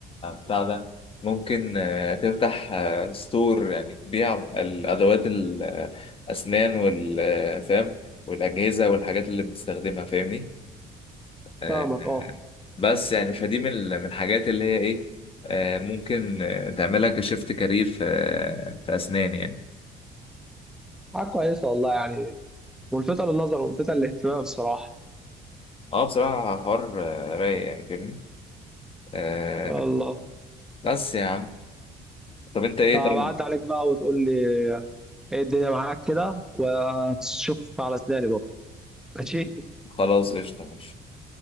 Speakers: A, on the left; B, in the centre.
A: بتاع ده ممكن آه، تفتح آه، ستور يعني تبيع الأدوات الأسنان والفهم والأجهزة والحاجات اللي بنستخدمها فاهمني آه،
B: فاهمك اه
A: بس يعني فدي من ال- من الحاجات اللي هي ايه آه، ممكن آه، تعملها كشيفت كارير في في اسنان يعني
B: حاجه كويسه والله يعني ملفته للنظر وملفته للاهتمام بصراحه
A: اه بصراحة حوار آه، رايق يعني فاهمني آه،
B: والله
A: بس يا عم طب انت ايه
B: فبعد
A: طيب
B: عليك بقى وتقول لي ايه الدنيا معاك كده وتشوف على سناني برضه ماشي
A: خلاص قشطة ماشي